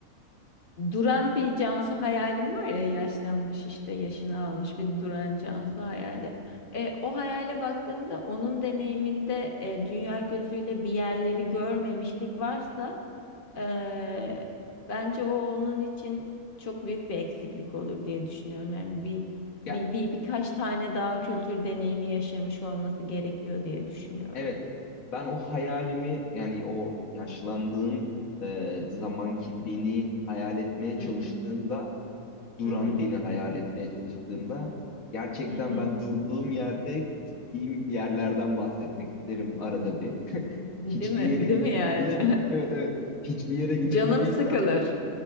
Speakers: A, on the left (about 45°); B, on the left (about 70°).
A: Duran bir Cansu hayalim var ya yaşlanmış işte yaşını almış bir Duran Cansu hayali. E, o hayale baktığımda onun deneyiminde e, dünya gözüyle bir yerleri görmemişlik varsa e, bence o onun için çok büyük bir eksiklik olur diye düşünüyorum. Yani bir,
B: Ya
A: bir, bir birkaç tane daha kültür deneyimi yaşamış olması gerekiyor diye düşünüyorum.
B: evet. Ben o hayalimi yani o yaşlandığım e, zamanki beni hayal etmeye
A: Hı
B: çalıştığımda
A: hı,
B: duran
A: hı hı,
B: beni hayal etmeye çalıştığımda gerçekten
A: hı hı.
B: ben durduğum yerde gittiğim yerlerden bahsetmek isterim arada bir. Hiçbir
A: Değil mi?
B: yere
A: <laughs>
B: gidemediysem,
A: Değil mi yani?
B: evet evet, hiçbir yere gidemediysem
A: <laughs> Canım sıkılır.